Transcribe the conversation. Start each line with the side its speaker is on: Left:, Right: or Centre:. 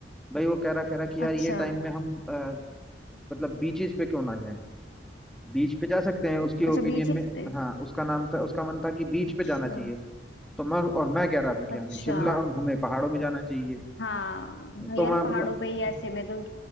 Centre: भाई वो कह रहा कह रहा कि यार
Left: अच्छा
Centre: ये टाइम में हम अ, मतलब बीचेस पे क्यों ना जाएं बीच पे जा सकते हैं उसकी ओपिनियन
Left: अच्छा बीचेस
Centre: में
Left: पे
Centre: हाँ उसका नाम था उसका मन था कि बीच
Left: अच्छा
Centre: पे जाना चाहिए तो मैं और मैं कह रहा था कि
Left: अच्छा
Centre: हमें शिमला हमें पहाड़ों में जाना चाहिए
Left: हाँ
Centre: तो
Left: यार
Centre: मैं
Left: पहाड़ों
Centre: मतलब
Left: पे ही ऐसे में तो